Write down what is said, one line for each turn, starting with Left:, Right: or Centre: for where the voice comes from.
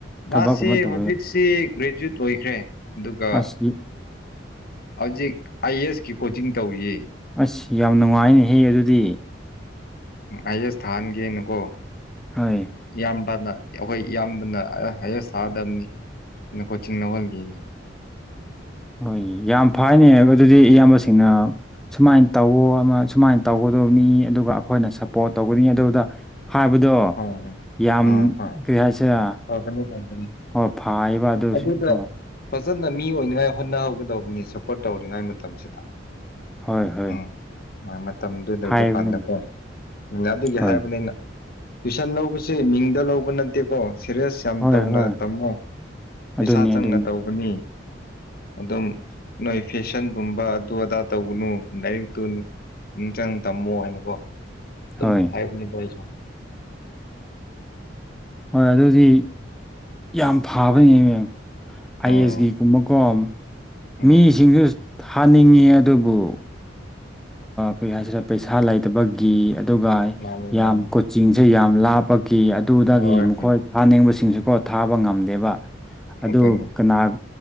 Left: ꯃꯥꯁꯤ
Centre: ꯊꯕꯛ ꯑꯃ ꯇꯧꯔꯦ
Left: ꯍꯧꯖꯤꯛꯁꯤ ꯒ꯭ꯔꯦꯖꯨꯋꯦꯠ ꯑꯣꯏꯈ꯭ꯔꯦ ꯑꯗꯨꯒ
Centre: ꯑꯁ
Left: ꯍꯧꯖꯤꯛ ꯑꯥꯏ ꯑꯦ ꯑꯦꯁ ꯀꯤ ꯀꯣꯆꯤꯡ ꯇꯧꯔꯤꯌꯦ
Centre: ꯑꯁ ꯌꯥꯝ ꯅꯨꯡꯉꯥꯏꯅꯦꯍꯦ ꯑꯗꯨꯗꯤ
Left: ꯑꯩꯁ ꯊꯥꯥꯟꯒꯦꯅꯀꯣ
Centre: ꯍꯣꯏ
Left: ꯌꯥꯝꯌꯥꯝꯕꯅ ꯑꯩꯈꯣꯏ ꯏꯌꯥꯝꯕꯅꯌꯦꯔ ꯊꯥꯒꯗꯕꯅꯤ ꯑꯩꯅ ꯀꯣꯆꯤꯡ ꯂꯧꯍꯜꯂꯤꯅꯦ
Centre: ꯍꯣꯏ ꯌꯥꯝ ꯐꯅꯦ ꯑꯗꯨꯗꯤ ꯏꯌꯥꯝꯕꯁꯤꯡꯅ ꯁꯨꯃꯥꯏꯅ ꯇꯧꯋꯣ ꯑꯃ ꯁꯨꯃꯥꯏꯅ ꯇꯧꯒ ꯇꯅꯤ ꯑꯗꯨꯒ ꯑꯩꯈꯣꯏꯅ ꯁꯞꯄꯣꯔꯠ ꯇꯧꯒꯅꯤ ꯑꯗꯨꯗ ꯍꯥꯏꯕꯗꯣ
Left: ꯍꯣꯏ ꯍꯣꯏ
Centre: ꯌꯥꯝ
Left: ꯍꯣꯏ ꯍꯣꯏ
Centre: ꯀꯔꯤ ꯍꯥꯏꯁꯔ
Left: ꯐꯕꯅꯤ ꯐꯕꯅꯤ
Centre: ꯍꯣꯏ ꯐꯌꯦꯕ ꯑꯗꯨꯁꯨ
Left: ꯑꯗꯨꯗ
Centre: ꯀꯣ
Left: ꯐꯖꯅ ꯃꯤ ꯑꯣꯏꯅꯉꯥꯏ ꯍꯣꯠꯅꯍꯧꯒꯗꯧꯕꯅꯤ ꯁꯞꯄꯣꯔꯠ ꯇꯧꯔꯤꯉꯩ ꯃꯇꯝꯁꯤꯗ
Centre: ꯍꯣꯏ ꯍꯣꯏ
Left: ꯎꯝ ꯍꯣꯏ ꯃꯇꯝꯗꯨ ꯂꯩꯕ
Centre: ꯍꯥꯏꯕꯅꯤ
Left: ꯀꯥꯟꯗꯀꯣ ꯎꯝ ꯑꯗꯨꯒꯤ
Centre: ꯍꯣꯏ
Left: ꯍꯥꯏꯕꯅꯤꯅ ꯇꯨꯋꯏꯁꯟ ꯂꯧꯕꯁꯦ ꯃꯤꯡꯗ ꯂꯧꯕ ꯅꯠꯇꯦꯀꯣ ꯁꯦꯔꯤꯌꯁ ꯌꯥꯝ
Centre: ꯍꯣꯏ
Left: ꯇꯧꯅ
Centre: ꯍꯣꯏ
Left: ꯇꯝꯃꯣ
Centre: ꯑꯗꯨꯅꯤ
Left: ꯄꯩꯁꯥ ꯆꯪꯅ
Centre: ꯑꯗꯨꯅꯤ
Left: ꯇꯧꯒꯅꯤ ꯑꯗꯨꯝ ꯅꯣꯏ ꯐꯦꯁꯟꯒꯨꯝꯕ ꯑꯗꯨ ꯑꯗꯥ ꯇꯧꯒꯅꯨ ꯅꯣꯏ ꯇꯨ ꯅꯤꯡ ꯆꯪ ꯇꯝꯃꯣ ꯍꯥꯏꯅꯀꯣ ꯑꯗꯨꯝ
Centre: ꯍꯣꯏ
Left: ꯍꯥꯏꯕꯅꯤꯗꯣ ꯑꯩꯁꯨ
Centre: ꯍꯣꯏ ꯑꯗꯨꯗꯤ ꯌꯥꯝ ꯐꯕꯅꯦ ꯃꯦꯝ ꯑꯥꯏ
Left: ꯎꯝ
Centre: ꯑꯦꯁꯒꯤ ꯀꯨꯝꯕ ꯀꯣꯝ
Left: ꯎꯝ
Centre: ꯃꯤꯁꯤꯡꯗꯨ ꯊꯥꯅꯤꯡꯉꯤ ꯑꯗꯨꯕꯨ ꯀꯔꯤ ꯍꯥꯏꯁꯤꯔꯦ ꯄꯩꯁꯥ ꯂꯩꯇꯕꯒꯤ ꯑꯗꯨꯒ
Left: ꯃꯥꯅꯤ
Centre: ꯌꯥꯝ
Left: ꯃꯥꯅꯤ
Centre: ꯀꯣꯆꯤꯡꯁꯦ ꯌꯥꯝ ꯂꯥꯞꯄꯒꯤ ꯑꯗꯨꯗꯒꯤ
Left: ꯍꯣꯏ
Centre: ꯃꯈꯣꯏ
Left: ꯍꯣꯏ
Centre: ꯊꯥꯅꯤꯡꯕꯕꯁꯤ ꯁꯤꯡꯁꯨꯀꯣ ꯊꯥꯕ ꯉꯝꯗꯦꯕ ꯑꯗꯨ
Left: ꯑꯗꯨꯅꯤ
Centre: ꯀꯅꯥ